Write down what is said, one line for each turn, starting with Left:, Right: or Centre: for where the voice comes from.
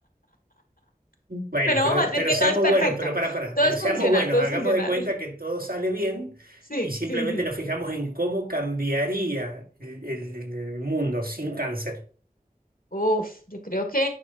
Right: Bueno,
Left: <laughs> pero
Right: pero,
Left: vamos a decir
Right: pero
Left: que
Right: seamos
Left: todo es perfecto,
Right: buenos, pero para, para,
Left: todo
Right: pero
Left: es
Right: seamos
Left: funcional,
Right: buenos,
Left: todo
Right: hagamos
Left: es funcional.
Right: de cuenta
Left: <laughs>
Right: que todo sale bien
Left: Sí,
Right: y simplemente
Left: sí, sí.
Right: nos fijamos en cómo cambiaría el, el- el mundo sin cáncer.
Left: Uf, yo creo que